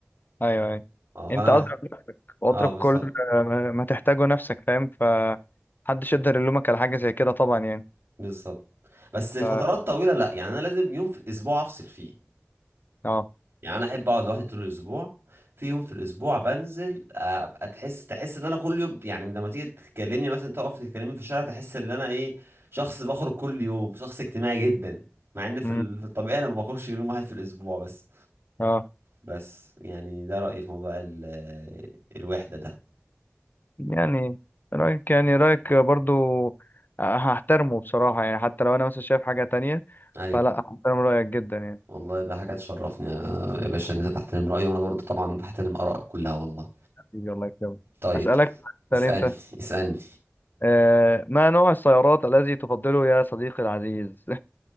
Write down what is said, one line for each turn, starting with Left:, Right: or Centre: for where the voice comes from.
Left: أيوه أيوه
Right: اه فأنا
Left: أنت
Right: محت...
Left: أضرب نفسك وأضرب
Right: اه بالظبط
Left: كل آه، ما ما تحتاجه نفسك فاهم؟ فمحدش يقدر يلومك على حاجة زي كده طبعا يعني
Right: بالظبط بس الفترات
Left: ف
Right: طويلة لا يعني أنا لازم يوم في الأسبوع أفصل فيه
Left: أه
Right: يعني انا احب اقعد لوحدي طول الاسبوع في يوم في الاسبوع بنزل ابقى تحس تحس ان انا كل يوم يعني لما تيجي تكلمني مثلا تقف تكلمني في الشارع تحس ان انا ايه شخص بخرج كل يوم شخص اجتماعي جدا مع ان في
Left: مم.
Right: ال- في الطبيعي انا ما بخرجش غير يوم واحد في الاسبوع بس
Left: أه
Right: بس يعني ده رأيي في موضوع ال الوحدة ده
Left: يعني رأيك يعني رأيك برضو آه، هحترمه بصراحة يعني حتى لو أنا مثلا شايف حاجة تانية
Right: ايوه
Left: فلا هحترم رأيك جدا يعني
Right: والله ده حاجة تشرفني يا يا باشا ان انت تحترم رأيي وانا برضو طبعا بحترم آرائك كلها والله
Left: حبيبي الله يكرمك
Right: طيب
Left: أسألك سأل
Right: اسألني
Left: أنت
Right: اسألني
Left: آه، ما نوع السيارات الذي تفضله يا صديقي العزيز